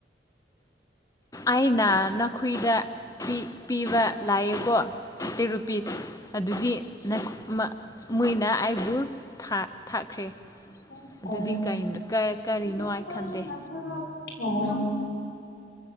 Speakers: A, on the left; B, on the left.
A: ꯑꯩꯅ ꯅꯈꯨꯏꯗ ꯄꯤꯕ ꯂꯥꯛꯑꯦꯀꯣ ꯇꯦ ꯔꯨꯄꯤꯁ ꯑꯗꯨꯗꯤ ꯅ ꯃꯩꯅ ꯑꯩꯕꯨ ꯊꯥꯈ꯭ꯔꯦ
B: ꯍ ꯀ
A: ꯑꯗꯨꯗꯤ ꯀꯔꯤꯅꯣ
B: <unintelligible>
A: ꯑꯩ ꯈꯪꯗꯦ
B: ꯑꯣ